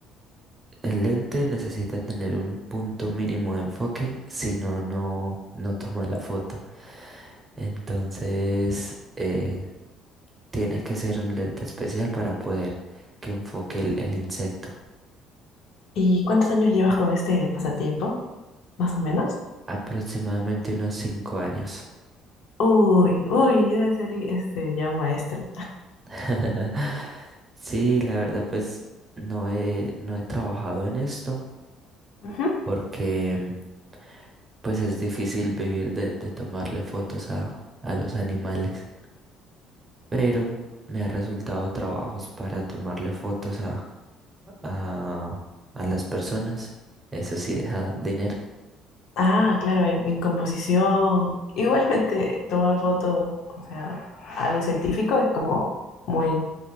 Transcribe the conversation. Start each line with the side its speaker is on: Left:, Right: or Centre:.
Right: el lente necesita tener un punto mínimo de enfoque, si no, no, no toma la foto. Entonces, eh, tiene que ser un lente especial para poder que enfoque el, el insecto.
Left: ¿Y cuántos años llevas con este pasatiempo, más o menos?
Right: Aproximadamente unos 5 años.
Left: Uy, uy, debe ser este, ya un maestro.
Right: <laughs> Sí, la verdad, pues no he, no he trabajado en esto
Left: Ujú.
Right: porque pues es difícil vivir de, de tomarle fotos a, a los animales, pero me ha resultado trabajos para tomarle fotos a, a, a las personas. Eso sí deja dinero.
Left: Ah, claro, en, en composición. Igualmente, tomar fotos, o sea, algo científico es como muy,